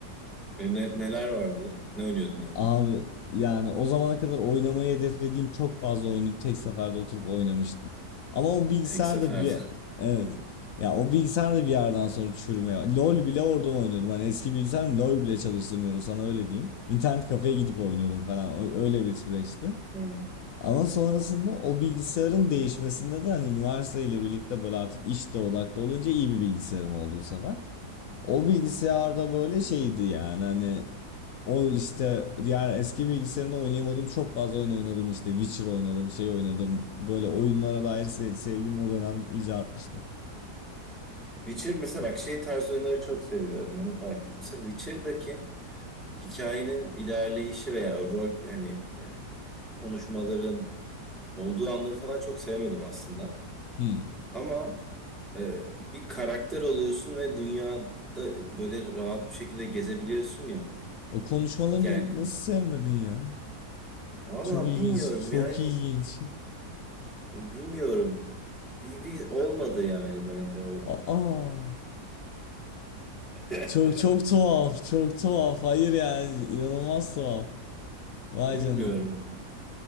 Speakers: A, in the centre; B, on the left.
A: E, ne- neler vardı? Ne oynuyordun yani?
B: Abi yani o zamana kadar oynamayı hedeflediğim çok fazla oyunu tek seferde oturup oynamıştım. Ama o bilgisayar
A: Tek seferde.
B: da bir
A: <laughs>
B: evet.
A: Hı,
B: Ya o bilgisayar da bir yerden sonra çürümeye. LoL bile oradan oynuyordum. Hani eski bilgisayarım LoL bile çalıştırmıyordu sana öyle diyeyim. İnternet kafeye gidip oynuyordum falan. O- Öyle bir süreçti.
A: hı,
B: Ama sonrasında o bilgisayarın değişmesinde de hani üniversiteyle birlikte böyle artık işte odaklı olunca iyi bir bilgisayarım oldu bu sefer. O
A: hı.
B: bilgisayarda böyle şeydi yani hani o işte diğer eski bilgisayarımda oynayamadığım çok fazla oyun oynadım işte Witcher oynadım şey oynadım böyle oyunlara dair se- sevgim o dönem iyice artmıştı.
A: Witcher mesela bak şey tarz oyunları çok seviyorum onu fark ettim. Mesela Witcher'daki hikayenin ilerleyişi veya rol hani e, konuşmaların olduğu anları falan çok sevmedim aslında.
B: Hmm.
A: Ama e, bir karakter oluyorsun ve dünyada böyle rahat bir şekilde gezebiliyorsun ya.
B: O konuşmaları
A: Yani
B: na- nasıl sevmedin ya?
A: valla
B: Çok ilginç,
A: bilmiyorum
B: çok
A: yani
B: ilginç.
A: e, bilmiyorum. Bir, bir olmadı yani bende o.
B: Aa,
A: <laughs>
B: çok çok tuhaf, çok tuhaf. Hayır yani inanılmaz tuhaf. Vay
A: Bilmiyorum.
B: canına.